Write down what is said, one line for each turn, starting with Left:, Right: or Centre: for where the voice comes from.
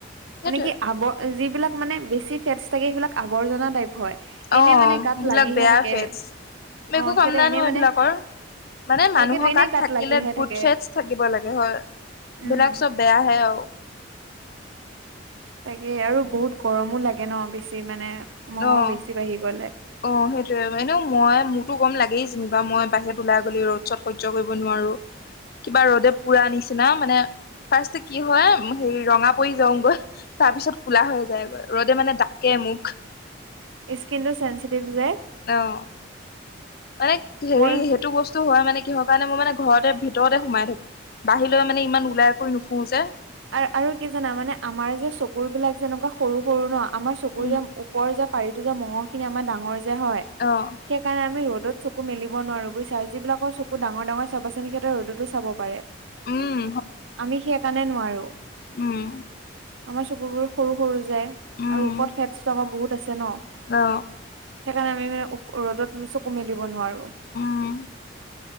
Left: সেইটোৱে
Right: মানে কি আৱ- যিবিলাক মানে বেছি ফেটছ থাকে। সেইবিলাক আৱৰ্জনা টাইপ হয়। এনে
Left: অ',
Right: মানে গাত
Left: এইবিলাক
Right: লাগিহে
Left: বেয়া
Right: থাকে
Left: ফেটচ,
Right: অ
Left: একো কাম
Right: সিহঁতে
Left: নাই
Right: এনে
Left: নহয়
Right: মানে
Left: এইবিলাকৰ। মানে মানুহৰ
Right: তাকেতো এনে
Left: গাত থাকিলে
Right: লাগিহে
Left: গুড
Right: থাকে
Left: ফেটছ থাকিব লাগে হয়। এই
Right: উম
Left: বিলাক চব বেয়াহে আৰু।
Right: তাকে আৰু বহুত গৰমো লাগে ন বেছি মানে, মঙহো
Left: অ
Right: বেছি বাঢ়ি গ'লে।
Left: অ', সেইটোয়ে, এনেও মই মোৰতো গৰম লাগেই যেনিবা। মই বাহিৰত ওলাই গ'লে, ৰ'দ চদ সহ্য কৰিব নোৱাৰোঁ। উ কিবা ৰ'দে পুৰা নিচিনা, মানে ফাৰ্ষ্ট কি হয় হেৰি ৰঙা পৰি যাওঁগৈ। তাৰপিছত কলা হৈ যায়গৈ, ৰ'দে মানে ডাকে মুখ।
Right: স্কিনটো চেঞ্চিটিভ যে।
Left: অ', মানে হেৰি,
Right: মই
Left: সেইটো বস্তু হয় মানে কিহৰ কাৰণে। মই মানে ঘৰতে ভিতৰতে সোমাই থাকো। বাহিৰলৈ মানে ইমান ওলাই কৰি নুফুৰোঁ যে।
Right: আৰু, আৰু কি জানা মানে আমাৰ যে চকুৰ বিলাক যেনেকুৱা সৰু সৰু ন। আমাৰ চকু
Left: উম
Right: যে- ওপৰ যে পাৰিটো যে মঙহখিনি আমাৰ ডাঙৰ যে হয়।
Left: অ',
Right: সেইকাৰণে আমি ৰ'দত চকু মেলিব নোৱাৰো বুজিছা, যিবিলাকৰ চকু ডাঙৰ ডাঙৰ চাবাচোন সিহঁতে ৰ'দতো চাব পাৰে।
Left: উম
Right: আমি সেই কাৰণে নোৱাৰোঁ।
Left: উম্,
Right: আমাৰ চকুৰবোৰ সৰু সৰু যে,
Left: উম
Right: আৰু ওপৰত ফেটছটো আমাৰ বহুত আছে ন।
Left: অ
Right: সেইকাৰণে আমি মানে ৰ'দত ম চকু মেলিব নোৱাৰোঁ।
Left: উম্,